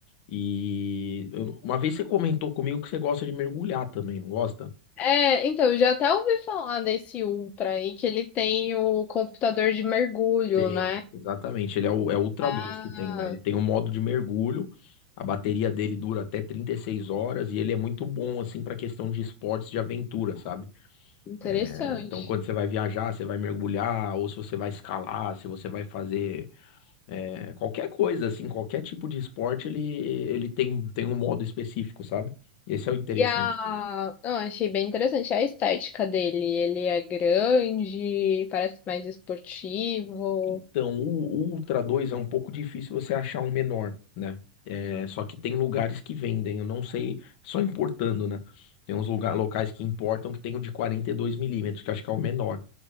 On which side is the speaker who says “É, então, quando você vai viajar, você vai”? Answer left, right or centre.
Left